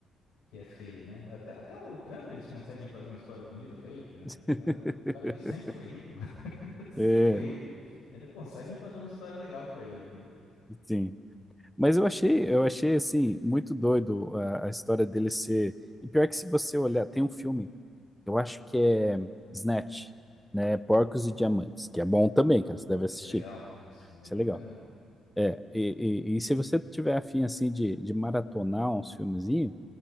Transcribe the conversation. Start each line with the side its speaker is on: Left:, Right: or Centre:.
Left: que é feia, né? Até, até o Trump eles conseguem fazer uma história bonita pra ele, cara.
Centre: <laughs>
Left: É, O cara que sempre foi rico, <laughs> Sempre
Centre: É,
Left: foi rico. Ainda conseguem fazer uma história legal pra ele, né?
Centre: sim. Mas eu achei, eu achei assim muito doido a, a história dele ser. E pior que se você olhar, tem um filme, eu acho que é Snatch, né? Porcos e Diamantes, que é bom também, cara. Você deve assistir.
Left: Esse é legal. Esse filme é legal
Centre: Isso é legal.
Left: pra caramba.
Centre: É, e, e, e se você tiver afim assim de, de maratonar uns filmezinhos,